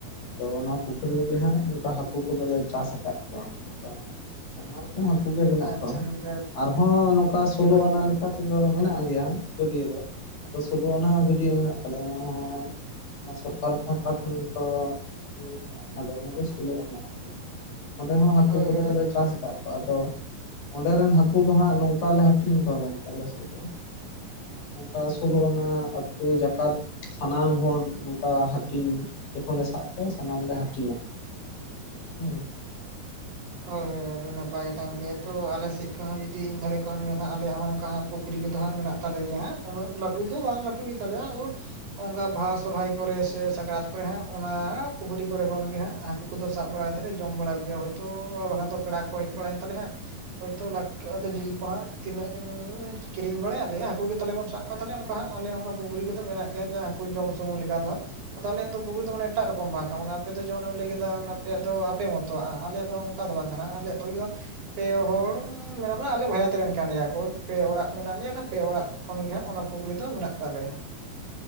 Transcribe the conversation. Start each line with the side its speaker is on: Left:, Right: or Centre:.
Left: ᱟᱫᱚ ᱚᱱᱟ ᱯᱩᱠᱷᱨᱤ ᱨᱮᱜᱮ ᱦᱟᱸᱜ ᱚᱱᱠᱟ ᱦᱟᱹᱠᱩ ᱠᱚᱫᱚ ᱞᱮ ᱪᱟᱥ ᱟᱠᱟᱫ ᱠᱚᱣᱟ᱾ ᱚᱱᱠᱟ ᱟᱭᱢᱟ ᱨᱚᱠᱚᱢ ᱦᱟᱹᱠᱩ ᱜᱮ ᱢᱮᱱᱟᱜ
Right: ᱟᱪᱪᱷᱟ
Left: ᱠᱚᱣᱟ,
Right: ᱜᱚᱝᱠᱮ
Left: ᱟᱨᱦᱚᱸ ᱱᱚᱝᱠᱟ ᱥᱳᱞᱳ
Right: ᱦᱳᱭ
Left: ᱟᱱᱟ ᱞᱮᱠᱟ ᱛᱮ ᱫᱚ ᱢᱮᱱᱟᱜ ᱜᱮᱭᱟ ᱜᱟᱹᱰᱤᱭᱟᱹ ᱫᱚ, ᱟᱫᱚ ᱥᱳᱞᱳ ᱚᱱᱟ ᱦᱚᱸ ᱜᱟᱹᱰᱤᱭᱟᱹ ᱢᱮᱱᱟᱜ ᱛᱟᱞᱮᱭᱟ ᱚᱱᱟ ᱦᱚᱸ, ᱵᱟᱨ ᱯᱟᱦᱟᱴᱟ ᱠᱷᱚᱱ ᱜᱮᱛᱚ ᱤᱭᱟᱹ ᱠᱟᱜ ᱟᱫᱚ ᱱᱩᱠᱩ ᱥᱳᱞᱳ ᱟᱱᱟ᱾ ᱚᱸᱰᱮ ᱦᱚᱸ ᱦᱟᱹᱠᱩ
Right: ᱦᱳᱭ
Left: ᱠᱚᱫᱚ
Right: ᱦᱳᱭ
Left: ᱠᱚᱞᱮ
Right: ᱟᱹᱰᱤ
Left: ᱪᱟᱥ ᱠᱟᱜ ᱠᱚᱣᱟ, ᱟᱫᱚ ᱚᱸᱰᱮ ᱨᱮᱱ ᱦᱟᱹᱠᱩ ᱫᱚ ᱦᱟᱸᱜ ᱱᱚᱝᱠᱟ ᱞᱮ ᱦᱟᱹᱴᱤᱧ ᱠᱚᱣᱟ ᱜᱚᱝᱠᱮ ᱟᱞᱮ ᱥᱮᱫ ᱫᱚ᱾ ᱱᱚᱝᱠᱟ ᱥᱳᱞᱳ ᱟᱱᱟ ᱟᱹᱛᱩ ᱡᱟᱠᱟᱛ ᱥᱟᱱᱟᱢ ᱦᱚᱲ ᱱᱚᱝᱠᱟ ᱦᱟᱠ ᱴᱤᱧ ᱡᱚᱠᱷᱚᱱ ᱞᱮ ᱥᱟᱵ ᱠᱚᱣᱟ ᱥᱟᱱᱟᱢ ᱜᱮ ᱦᱟᱹᱴᱤᱧ ᱟᱠᱚ ᱦᱩᱸ
Right: ᱦᱳᱭ ᱦᱳᱭ ᱟᱹᱰᱤ ᱱᱟᱯᱟᱭ ᱜᱮᱛᱟᱝ ᱜᱮ ᱛᱚ ᱟᱞᱮ ᱥᱮᱫ ᱠᱷᱚᱡ ᱦᱚᱸ ᱡᱩᱫᱤ ᱤᱧ ᱫᱷᱟᱨᱮ ᱠᱷᱚᱡᱽ ᱦᱚᱸ ᱮᱢ ᱧᱮᱞᱟ ᱟᱞᱮᱭᱟᱜ ᱦᱚᱸ ᱚᱱᱠᱟ ᱦᱟᱸᱜ ᱯᱩᱠᱷᱨᱤ ᱠᱚᱫᱚ ᱦᱟᱸᱜ ᱢᱮᱱᱟᱜ ᱛᱟᱞᱮ ᱜᱮᱭᱟ, ᱦᱟᱸᱜ ᱩᱱᱟᱹᱜ ᱞᱟᱹᱴᱩ ᱫᱚ ᱵᱟᱝ ᱞᱟᱹᱴᱩ ᱜᱮ ᱛᱟᱞᱮᱭᱟ ᱳᱭ ᱚᱱᱠᱟ ᱵᱟᱦᱟ ᱥᱚᱦᱚᱨᱟᱭ ᱠᱚᱨᱮ ᱥᱮ ᱥᱟᱠᱨᱟᱛ ᱠᱚᱨᱮ ᱦᱟᱸᱜ ᱚᱱᱟ ᱯᱩᱠᱷᱨᱤ ᱠᱚᱨᱮ ᱠᱷᱚᱱ ᱜᱮ ᱦᱟᱸᱜ ᱦᱟᱠ ᱩᱱᱠᱩ ᱫᱚ ᱥᱟᱵ ᱵᱟᱲᱟ ᱠᱟᱛᱮᱫ ᱞᱮ ᱡᱚᱢ ᱵᱟᱲᱟ ᱠᱚᱜᱮᱭᱟ, ᱦᱳᱭᱛᱳ ᱵᱟᱝᱠᱷᱟᱱ ᱫᱚ ᱯᱮᱲᱟ ᱠᱚ ᱠᱚ ᱦᱮᱡ ᱵᱟᱲᱟᱭᱮᱱ ᱛᱟᱞᱮᱭᱟ ᱦᱟᱸᱜ ᱦᱳᱭᱛᱚ ᱞᱟᱠ ᱟᱫᱚ ᱡᱤᱞ ᱠᱚ ᱦᱟᱸ ᱛᱤᱱᱟᱹᱜ ᱮᱢ ᱠᱤᱨᱤᱧ ᱵᱟᱲᱟᱭᱟ ᱞᱟᱹᱭᱟ ᱟᱭ ᱦᱟᱹᱠᱩ ᱜᱮ ᱛᱟᱦᱚᱞᱮ ᱵᱚᱱ ᱥᱟᱵ ᱚᱱᱠᱟ ᱛᱟᱦᱚᱞᱮ ᱚᱱᱠᱟ ᱦᱟᱸᱜ ᱟᱞᱮ ᱚᱱᱠᱟ ᱯᱩᱠᱷᱨᱤ ᱠᱚᱫᱚ ᱢᱮᱱᱟᱜ ᱜᱮᱭᱟ ᱡᱮ ᱦᱟᱹᱠᱩ ᱡᱚᱢ ᱥᱩᱢᱩᱝ ᱞᱮᱠᱟ ᱫᱚ᱾ ᱟᱫᱚ ᱟᱞᱮᱭᱟᱜ ᱫᱚ ᱯᱩᱠᱷᱨᱤ ᱫᱚ ᱢᱟᱱᱮ ᱮᱴᱟᱜ ᱨᱚᱠᱚᱢ ᱵᱟᱜ ᱚᱱᱮ ᱟᱯᱮ ᱫᱚ ᱡᱮᱢᱚᱱ ᱮᱢ ᱞᱟᱹᱭ ᱠᱮᱫᱟ ᱟᱯᱮᱭᱟᱜ ᱫᱚ ᱟᱯᱮ ᱢᱚᱛᱚ ᱟᱨ ᱟᱞᱮᱭᱟᱜ ᱫᱚ ᱚᱱᱠᱟ ᱫᱚ ᱵᱟᱝ ᱠᱟᱱᱟ ᱟᱞᱮᱭᱟᱜ <inaudible> ᱯᱮ ᱦᱚᱲ ᱢᱮᱱᱟᱜ ᱢᱟᱱᱮ ᱟᱞᱮ ᱵᱷᱟᱭᱟᱹᱛ ᱨᱮᱱ ᱠᱟᱱ ᱜᱮᱭᱟ ᱠᱚ ᱯᱮ ᱚᱲᱟᱜ ᱢᱮᱱᱟᱜ ᱞᱮᱭᱟ ᱚᱱᱟ ᱯᱮ ᱚᱲᱟᱜ ᱠᱷᱚᱱ ᱜᱮ ᱦᱟᱸᱜ ᱚᱱᱟ ᱯᱩᱠᱷᱨᱤ ᱫᱚ ᱢᱮᱱᱟᱜ ᱛᱟᱞᱮᱭᱟ᱾